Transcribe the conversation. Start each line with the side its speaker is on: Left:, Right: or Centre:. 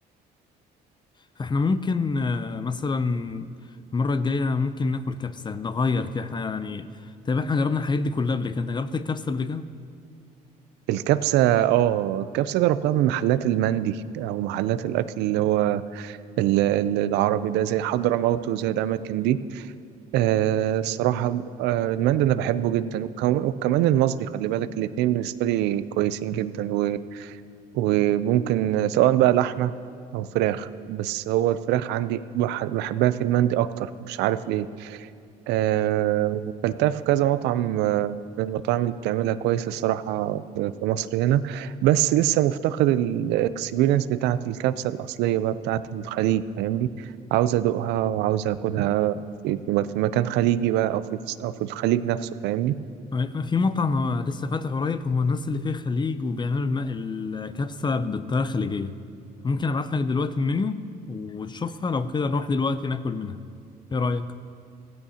Left: فاحنا ممكن آه، مثلا المره الجايه ممكن ناكل كبسه نغير كده احنا يعني تقريبا احنا جربنا الحاجات دي كلها قبل كده انت جربت الكبسه قبل كده
Right: الكبسة اه الكبسة جربتها من محلات المندي أو محلات الأكل اللي هو ال- ال- العربي ده زي حضرموت وزي الأماكن دي آه الصراحة آه المندي أنا بحبه جدا وكم- وكمان المصبي خلي بالك الاتنين بالنسبة لي كويسين جدا و- وممكن سواء بقى لحمة أو فراخ بس هو الفراخ عندي بح- بحبها في المندي أكتر مش عارف ليه آه، وكلتها في كذا مطعم آه، من المطاعم اللي بتعملها كويس الصراحة في في مصر هنا بس لسه مفتقد الاكسبيرينس بتاعة الكبسة الأصلية بقى بتاعة الخليج فاهمني عاوز أدوقها وعاوز أكلها في, في في مكان خليجي بقى أو في أو في الخليج نفسه فاهمني
Left: أي- في مطعم آه، لسه فاتح قريب هو الناس اللي فيه خليج وبيعملوا الم- الكبسة بالطريقة الخليجية ممكن ابعت لك دلوقتي المنيو وتشوفها لو كده نروح دلوقتي ناكل منها ايه رأيك؟